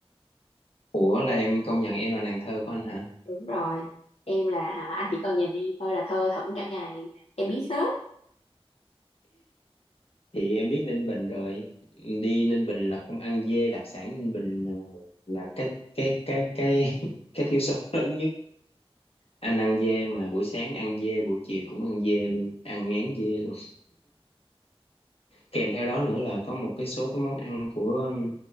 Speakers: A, on the left (about 70°); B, on the left (about 85°).
A: Ủa là em công nhận em là nàng thơ của anh hả
B: Đúng rồi. Em là hả, anh chỉ cần nhìn đi thôi là thơ thẩn cả ngày. Em biết hết.
A: thì em biết Ninh Bình rồi đi Ninh Bình là không ăn dê đặc sản Ninh Bình ờ, là cái cái cái cái <laughs> cái thiếu sót lớn nhất anh ăn dê mà buổi sáng ăn dê buổi chiều cũng ăn dê luôn ăn ngán dê luôn kèm theo đó nữa là có một cái số cái món ăn của um,